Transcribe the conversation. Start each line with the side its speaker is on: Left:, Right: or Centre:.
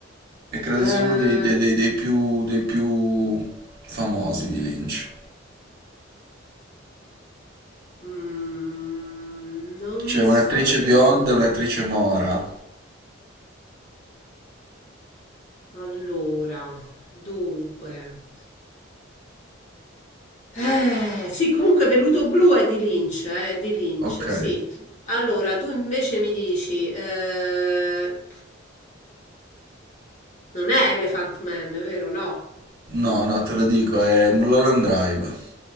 Right: E credo
Left: Eh,
Right: sia uno dei, dei- dei- dei più, dei più famosi di Lynch.
Left: mm, non
Right: C'è un'attrice
Left: saprei.
Right: bionda e un'attrice mora.
Left: Allora, dunque. Eh, sì, comunque Velluto Blu è di Lynch, eh, è di Lynch,
Right: Ok.
Left: sì. Allora, tu invece mi dici, eh, non è Elephant Man, vero? No.
Right: No, no, te lo dico, è Mulholland Drive.